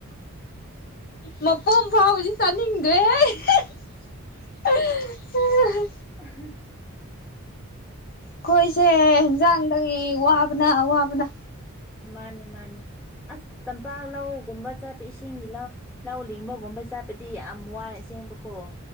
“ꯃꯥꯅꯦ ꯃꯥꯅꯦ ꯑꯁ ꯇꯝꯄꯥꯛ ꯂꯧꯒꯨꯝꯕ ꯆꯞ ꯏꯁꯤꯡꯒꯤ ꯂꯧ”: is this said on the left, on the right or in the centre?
Centre